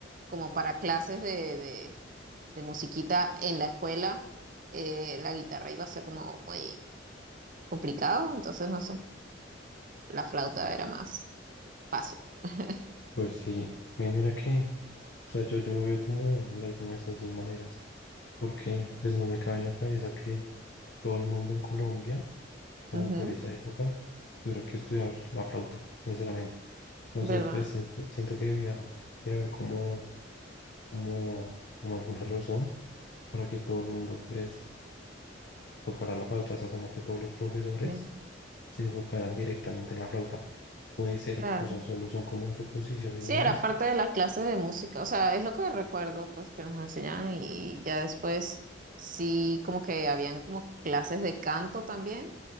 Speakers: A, on the right (about 45°); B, on the left (about 65°).
A: como para clases de, de- de musiquita en la escuela, eh, la guitarra iba a ser como muy complicado, entonces no sé, la flauta era más fácil. <laughs>
B: pues sí, y mira que, o sea, yo, yo lo veo como de alguna de esas dos maneras, porque pues no me cabe en la cabeza que todo el mundo en Colombia, como
A: Ujú,
B: por esa época, tuviera que estudiar la flauta, sinceramente. Entonces,
A: ¿verdad?
B: pues siento, siento que debía de haber como, como, como alguna razón para que todo el mundo pues tocara la flauta, o sea, como que todos los profesores
A: Sí,
B: se enfocaran directamente en la flauta. Puede ser,
A: claro.
B: o sea, solo son como suposiciones
A: Sí,
B: mías.
A: era parte de las clases de música, o sea, es lo que recuerdo, pues que nos enseñaban y ya después sí, como que habían como clases de canto también,